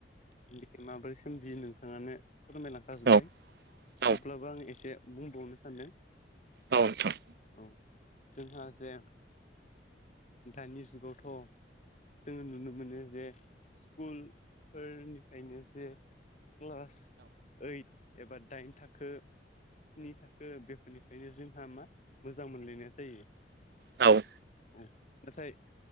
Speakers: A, on the left (about 40°); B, on the right (about 60°).
A: बे माबोरै सोमजियो नोंथाङानो फोरमायलांखा जोबबाय
B: औ
A: थेवब्लाबो
B: औ
A: आं एसे। बुंबावनो सान्दों?
B: औ नोंथां।
A: औ जोंहा जे दानि जुगावथ' जोङो नुनो मोनो जे स्कुल फोरनिफ्रायनो जे क्लास ओइट एबा दाइन थाखो, स्नि थाखो बेफोरनिफ्रायनो जोंहा मा मोजां मोनलायनाय जायो।
B: औ।
A: <unintelligible>